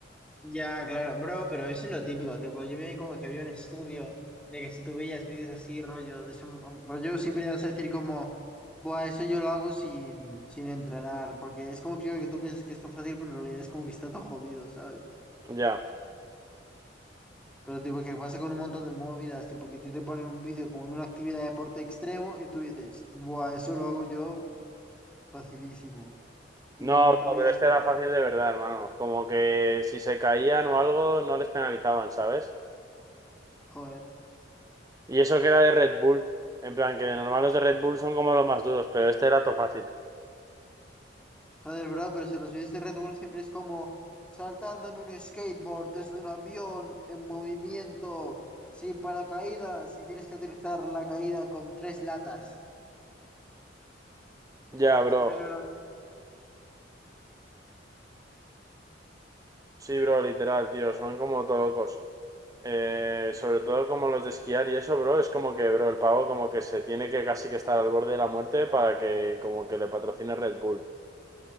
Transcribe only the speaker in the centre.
Ya, claro, bro, pero eso es lo típico, tipo, yo me vi como que había un estudio de que si tú veías vídeos así, rollo, de ese mo- rollo, siempre ibas a decir como, buah, eso yo lo hago sin, sin entrenar, porque es como que, que tú piensas que está fácil, pero en realidad es como que está todo jodido, ¿sabes?
Pero tipo, que pasa con un montón de movidas, tipo, que a ti te ponen un vídeo como de una actividad de deporte extremo y tú dices, buah, eso lo hago yo facilísimo, y
que luego
en realidad
está
jodido.
Joder, bro, pero si los vídeos de Red Bull siempre es como saltando en un skateboard, desde un avión, en movimiento, sin paracaídas, y tienes que utilizar la caída con tres latas.
Siempre son una...